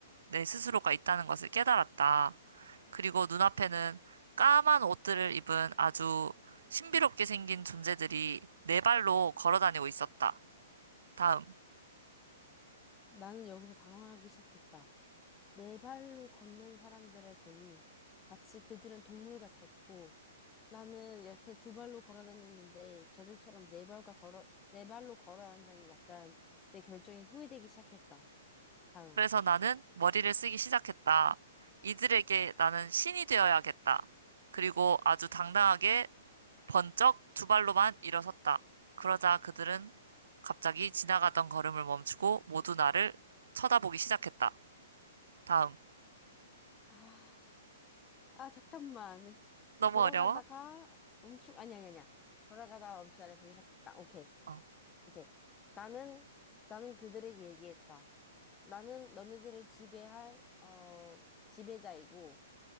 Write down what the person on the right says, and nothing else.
내 스스로가 있다는 것을 깨달았다. 그리고 눈앞에는 까만 옷들을 입은 아주 신비롭게 생긴 존재들이 네 발로 걸어 다니고 있었다. 다음.
그래서 나는 머리를 쓰기 시작했다. 이들에게 나는 신이 되어야겠다. 그리고 아주 당당하게 번쩍 두 발로만 일어섰다. 그러자 그들은 갑자기 지나가던 걸음을 멈추고 모두 나를 쳐다보기 시작했다. 다음.
너무
어려워?
어.